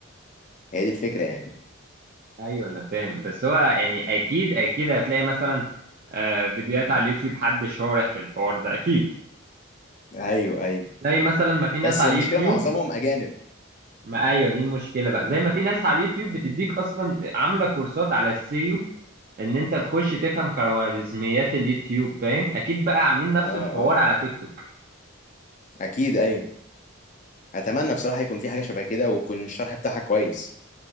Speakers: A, on the left; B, on the right.
A: هي دي الفكره يعني
B: أيوة أنا فاهم بس هو يعني أكيد أكيد هتلاقي مثلا آه، فيديوهات على اليوتيوب حد شارح الحوار ده أكيد
A: ايوه ايوه
B: زي مثلا ما في ناس
A: بس
B: على
A: المشكله
B: اليوتيوب
A: معظمهم اجانب
B: ما أيوة دي المشكلة بقى زي ما في ناس على اليوتيوب بتديك أصلا عاملة كورسات على السيو ان انت تخش تفهم خوارزميات اليوتيوب فاهم اكيد بقى عاملين نفس
A: اه
B: الحوار
A: اه
B: على تيك توك
A: اكيد ايوه اتمنى بصراحه يكون في حاجه شبه كده ويكون الشرح بتاعها كويس